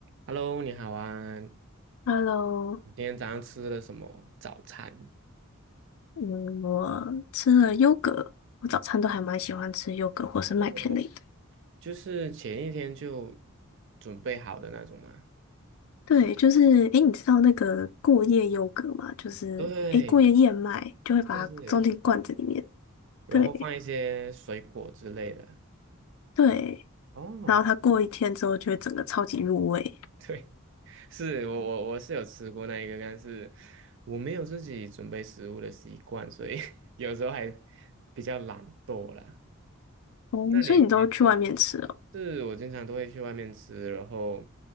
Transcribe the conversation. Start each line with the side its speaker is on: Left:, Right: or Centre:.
Right: Hello，你好啊！
Left: Hello，
Right: 你今天早上吃了什么早餐？
Left: 嗯，我吃了优格，我早餐都还蛮喜欢吃优格或是麦片类的。
Right: 哦，就是前一天就准备好的那种吗？
Left: 对，就是，诶，你知道那个过夜优格吗？就是，
Right: 对，
Left: 诶，过夜燕麦就会把它装进罐子里面。
Right: 是是，然后放一些水果之类的。
Left: 对对，
Right: 哦，
Left: 然后它过一天之后就会整个超级入味。
Right: 对，<laughs> 是我我我是有吃过那一个，但是我没有自己准备食物的习惯，所以 <laughs> 有时候还比较懒惰啦。
Left: 哦，
Right: 那你你
Left: 所以你都去外面吃哦。
Right: 是我经常都会去外面吃，然后